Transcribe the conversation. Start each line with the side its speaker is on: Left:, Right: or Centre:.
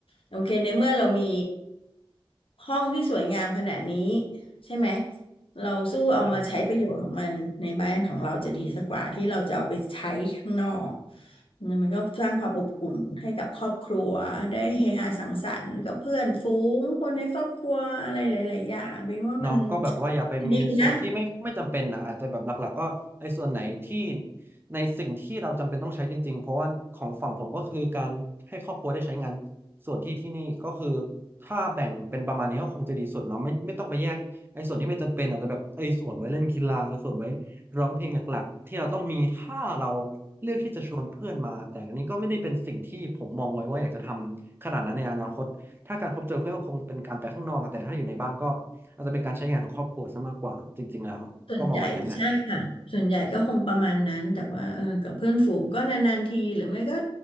Left: โอเคในเมื่อเรามีห้องที่สวยงามขนาดนี้ใช่ไหมเราสู้เอามาใช้ประโยชน์ของมันในบ้านของเราจะดีสักกว่าที่เราจะเอาไปใช้ข้างนอก
Right: ใช่ใช่ใช่
Left: มันก็สร้างความอบอุ่นให้กับครอบครัวได้เฮฮาสังสรรค์กับเพื่อนฝูงคนในครอบครัวอะไรหลายๆอย่างเป็นว่ามัน
Right: เนาะก็แบบว่าอย่าไปมีส่วนที่ไม่ไม่จำเป็นนะอาจจะแบบหลักๆก็ไอ้ส่วนไหนที่
Left: ดีนะ
Right: ในสิ่งที่เราจำเป็นต้องใช้จริงๆเพราะว่าของฝั่งผมก็คือการให้ครอบครัวได้ใช้งานส่วนที่ที่นี่ก็คือถ้าแบ่งเป็นประมาณนี้ก็คงจะดีสุดเนาะไม่ไม่ต้องไปแยกไอ้ส่วนที่ไม่จำเป็นอาจจะแบบไอ้ส่วนไว้เล่นกีฬาส่วนไว้ร้องเพลงหลักๆที่เราต้องมีถ้าเราเลือกที่จะชวนเพื่อนมาแต่อันนี้ก็ไม่ได้เป็นสิ่งที่ผมมองไว้ว่าอยากจะทำขนาดนั้นในอนาคตถ้าการพบเจอเพื่อนก็คงเป็นการไปข้างนอกแต่ถ้าอยู่ในบ้านก็ อาจจะเป็นการใช้งานของครอบครัวซะมากกว่าจริงๆแล้วก็มองอย่างนั้นแหละ
Left: ส่วนใหญ่ใช่ค่ะส่วนใหญ่ก็คงประมาณนั้นแต่ว่าเออกับเพื่อนฝูงก็นานๆทีหรือไม่ก็